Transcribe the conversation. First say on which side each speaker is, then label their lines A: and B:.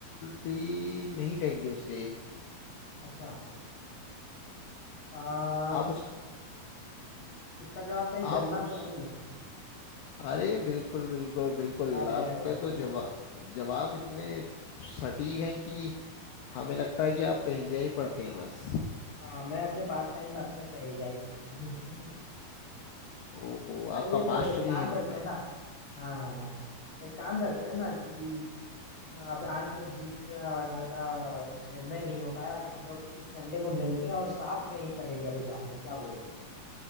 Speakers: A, on the left; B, on the left.
A: भी नहीं कहेंगे उसे
B: अच्छा आ,
A: आप उस
B: इसका जवाब कहीं
A: आप
B: गन्ना
A: उस
B: तो नहीं
A: अरे बिल्कुल बिल्कुल बिल्कुल
B: अरे
A: आपका
B: अरे अरे
A: तो
B: अरे
A: जवाब जवाब इतने सटीक हैं कि हमें लगता है कि आप पहेलियां ही पढ़ते हैं बस
B: हाँ मैं अपने पास टाइम में अक्सर पहेलिया ही पढ़ता हूँ
A: ओ
B: <laughs> चलिए
A: आपका
B: तो
A: पास्ट
B: एक काम
A: भी है
B: करते
A: मतलब
B: हैं ना हाँ हाँ हाँ एक काम करते हैं ना कि अब आज तो जीत और हार का निर्णय नहीं हो पाया तो हम लोग इस संडे को मिलते हैं और साथ में ही पहेलियां बुझाते हैं क्या बोलते हैं